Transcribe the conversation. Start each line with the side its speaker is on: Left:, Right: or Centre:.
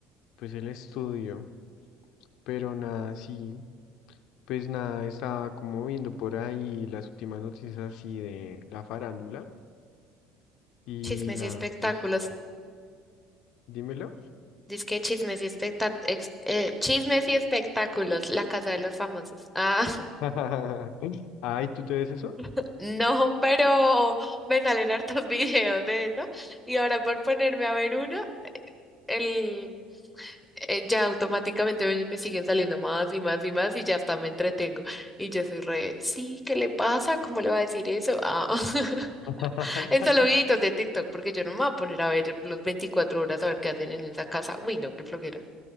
Left: pues el estudio. Pero nada, sí. Pues nada, estaba como viendo por ahí las últimas noticias así de la farándula. Y
Centre: Chismes
Left: nada,
Centre: y espectáculos,
Left: pues dímelo.
Centre: que chismes y especta- ex- eh, chismes y espectáculos, la casa de los famosos. Ah,
Left: <laughs> Ay, ¿tú te ves eso?
Centre: <laughs> no, pero me salen hartos <laughs> videos de eso y ahora por ponerme a ver uno, el eh, ya automáticamente me, me siguen saliendo más y más y más y ya hasta me entretengo. Y yo soy re, sí, ¿qué le pasa? ¿Cómo le va a decir eso? Ah, <laughs>
Left: <laughs>
Centre: en solo videitos de TikTok, porque yo no me voy a poner a ver los 24 horas a ver qué hacen en esa casa. Uy, no, qué flojera.